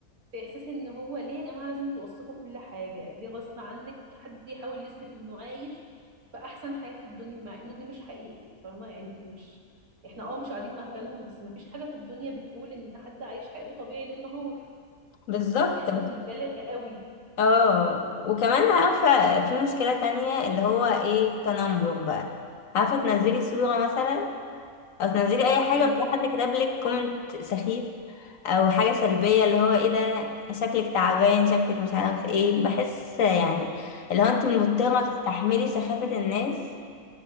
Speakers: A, on the right; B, on the left.
A: في احساس ان هو ليه يا جماعه لازم توثقوا كل حاجه ليه غصب عنك حد يحاول يثبت انه عايش في احسن حياه في الدنيا مع انه دي مش حقيقي فاهمه يعني انت مش احنا اه مش قاعدين مكانهم بس مفيش حاجه في الدنيا بتقول ان حد عايش حياته طبيعي ليل نهار
B: بالظبط
A: يعني الناس بتبالغ قوي
B: اه وكمان عارفه في مشكله تانية اللي هو ايه التنمر بقى عارفه تنزلي صوره مثلا او تنزلي اي حاجه
A: امم
B: وتلاقي حد كتب لك كومنت سخيف او حاجه سلبيه اللي هو ايه ده شكلك تعبان شكلك مش عارف ايه بحس يعني اللي هو انت مضطره
A: بالظبط
B: تستحملي سخافه الناس